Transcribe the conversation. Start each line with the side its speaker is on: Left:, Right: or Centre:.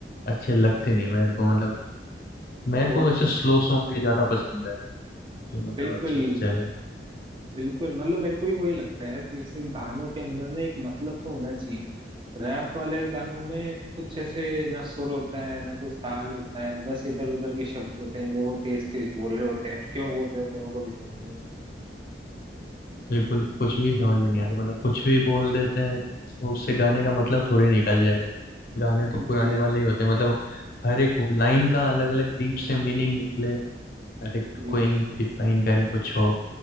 Left: अच्छे लगते नहीं मेरे को मतलब मेरे
Right: वो
Left: को वैसे
Right: तो है
Left: स्लो सॉन्ग ही ज्यादा पसंद है कि मतलब
Right: बिल्कुल
Left: अच्छे से चले
Right: बिल्कुल मतलब मेरे को भी वही लगता है कि ऐसे गानों के अंदर ना एक मतलब तो होना चाहिए रैप वाले गानों में कुछ ऐसे ना सुर होता है ना कुछ ताल होता है बस इधर उधर के शब्द होते हैं जो वो तेज तेज बोल रहे होते हैं और क्यों बोल रहे होते हैं वो कभी समझ नहीं आता
Left: बिल्कुल कुछ भी समझ में नहीं आता मतलब कुछ भी बोल देते हैं तो उससे गाने का मतलब थोड़े निकल जाएगा गाने तो
Right: भाई
Left: पुराने वाले ही होते हैं मतलब हर एक लाइन का अलग अलग डीप से मीनिंग निकले हर एक
Right: बिल-
Left: कोई डिफाइन करे कुछ हो